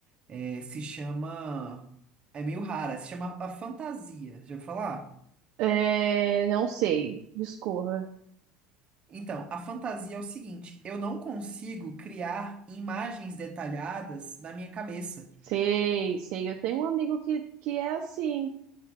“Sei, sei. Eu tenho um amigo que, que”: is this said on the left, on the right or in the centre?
Right